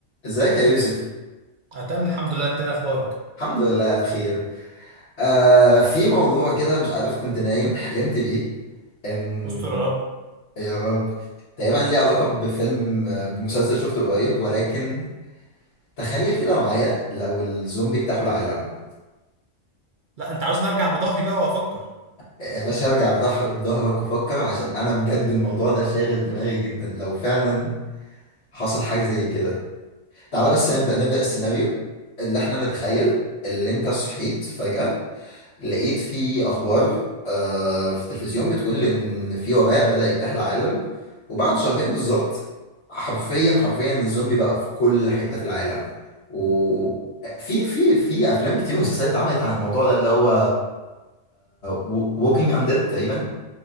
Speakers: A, on the left; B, on the right.
A: ازيك يا يوسف
B: أنا تمام الحمد لله أنت إيه أخبارك؟
A: الحمد لله بخير آه في موضوع كده مش عارف كنت نايم حلمت بيه ان
B: استر يا رب
A: يا رب تقريبا ليه علاقة بفيلم آه، بمسلسل شفته قريب ولكن تخيل كده معايا لو الزومبي اجتاحوا العالم
B: لا أنت عاوز نرجع بظهري بقى وأفكر
A: يا باشا ارجع بضح- بظهرك وفكر عشان انا بجد الموضوع ده شاغل دماغي جدا لو فعلا حصل حاجة زي كده تعال بس نبدأ نبدأ السيناريو اللي احنا نتخيل اللي انت صحيت فجأة لقيت في اخبار آه، في التلفزيون بتقول ان في وباء بدأ يجتاح العالم وبعد شهرين بالظبط حرفيا حرفيا الزومبي بقى في كل حتة في العالم وفي في في افلام كتير ومسلسلات اتعملت عن الموضوع ده اللي هو ووكينج انديد تقريبا